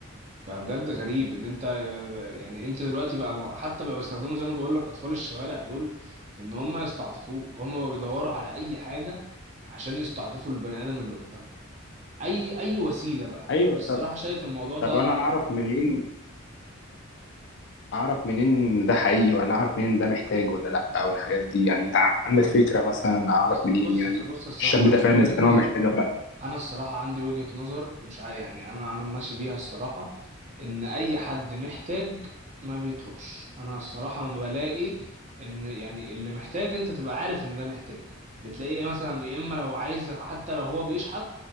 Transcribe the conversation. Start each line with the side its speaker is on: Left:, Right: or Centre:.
Right: بقى بجد غريب ان انت يعني انت دلوقتي بقى حتى بقى بيستخدموا زي ما بقول لك اطفال الشوارع دول في ان هم يستعطفوك هم بقى بيدوروا على اي حاجه عشان يستعطفوا البني ادم اللي قدامهم اي اي وسيله بقى
Left: ايوه
Right: انا الصراحه
Left: طب
Right: شايف الموضوع ده
Left: طب انا اعرف منين
Right: غريب
Left: اعرف منين إن ده حقيقي ولا اعرف منين ده محتاج ولا لا او الحاجات دي يعني انت عندك فكره مثلا اعرف
Right: اصل
Left: منين
Right: بص
Left: يعني
Right: بص الصراحه
Left: الشاب
Right: انا
Left: ده فعلا
Right: عندي وجهه
Left: اذا كان
Right: نظر
Left: هو محتاج او لا
Right: انا الصراحه عندي وجهه نظر مش عا... يعني انا انا ماشي بيها الصراحه ان اي حد محتاج ما بيطلبش انا الصراحه ما بلاقي ان يعني اللي محتاج انت تبقى عارف ان ده محتاج بتلاقيه مثلا يا اما لو عايز حتى لو هو بيشحت